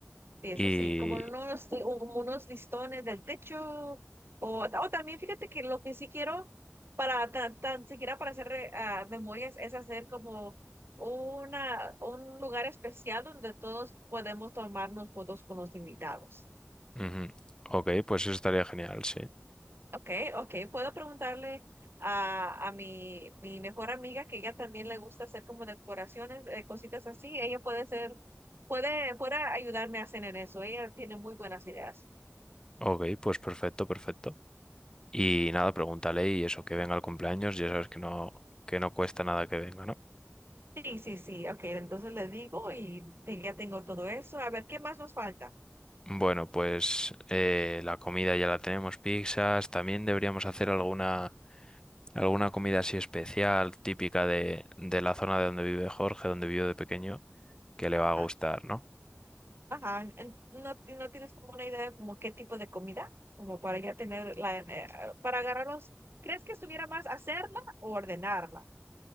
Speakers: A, on the right; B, on the left.
A: Eso
B: Y...
A: sí, como unos, como unos listones del techo. O, o también fíjate que lo que sí quiero, para tan, tan siquiera para hacer re- ah, memorias, es hacer como una, un lugar especial donde todos podemos tomarnos fotos con los invitados.
B: ujú. Ok, pues eso estaría genial, sí.
A: Ok, ok, puedo preguntarle a, a mi, mi mejor amiga que ella también le gusta hacer como decoraciones, eh, cositas así. Ella puede ser, puede, puede ayudarme a hacer en eso. Ella tiene muy buenas ideas.
B: Ok, pues perfecto, perfecto. Y nada, pregúntale y eso, que venga al cumpleaños, ya sabes que no, que no cuesta nada que venga, ¿no?
A: Sí, sí, sí, ok, entonces le digo y te- ya tengo todo eso. A ver, ¿qué más nos falta?
B: Bueno, pues eh, la comida ya la tenemos, pizzas, también deberíamos hacer alguna,
A: Sí.
B: alguna comida así especial, típica de, de la zona de donde vive Jorge, donde vivió de pequeño, que le va a
A: ah,
B: gustar, ¿no?
A: Ajá, en- ¿no, ti- no tienes como una idea de como qué tipo de comida? Como para ya tener la, eh, para agarrarlos. ¿Crees que estuviera más hacerla o ordenarla?